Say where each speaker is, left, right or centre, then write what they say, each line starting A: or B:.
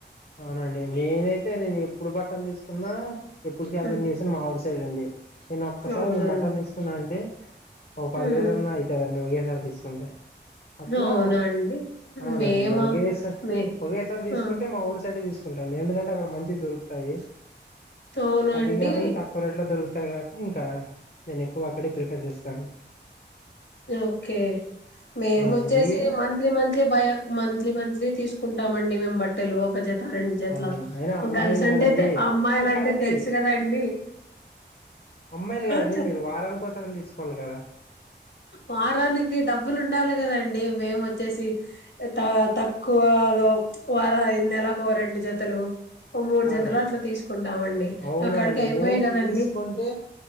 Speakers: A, on the left; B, on the left.
A: అవునండి నేనైతే నేను ఎప్పుడు బట్టలు తీసు కున్నా ఎప్పుడు షాపింగ్
B: హ్మ్
A: చేసినా మా <inaudible> పే నండి నేను ఒక్కసారి
B: అవునండి
A: నేను బట్టలు తీసుకున్నా అంటే ఓ
B: హ్మ్.
A: పది వేలన్నా అవుతుందండి సారి తీసుకుంటే అట్లా
B: అవునా అండి
A: అవునండి
B: మేమా
A: ఒకేసారి
B: మే
A: ఒకేసారి తీసుకుంటే
B: ఆ
A: మా ఊరు సైడు తీసుకుంటాండి ఎందుకంటే అక్కడ మంచివి దొరుకుతాయి
B: అవునండి
A: అదీ గాకున్ తక్కువ రేట్లో దొరుకు త్తాయ్ కాబట్టి ఇంక నేను ఎక్కువ అక్కడే ప్రిఫర్ చేస్తాను
B: ఓకే మేమొచ్చేసి
A: అవునండి మీరు
B: మంత్లీ మంత్లీ భయ మంత్లీ మంత్లీ తీసుకుంట ాడి మేము బట్టలు ఒక జత రెండు జతలో
A: అవునండి అయినా అమ్మాయిలు
B: గర్ల్స్ అంటే
A: కదండి
B: అమ్మాయిలు అంటే
A: కాదండి
B: తెలుసు కదాండి
A: అమ్మాయిలు కదండి
B: ఆ చే
A: మీరు వారానికి కోసారని తీసుకోవాలి కదా
B: వారానికి డబ్బులు ఉండాలి కదండి మేము వచ్చేసి త తక్కువలో వారయి నెలకు ఓ రెండు జతలు ఓ మూడు
A: అ
B: జతలు
A: అండి
B: అట్లా తీసుకుంటామండి
A: అవునండి
B: అక్కడికి అయిపోయాయి
A: మేం
B: కదండి
A: తీసుకుంటే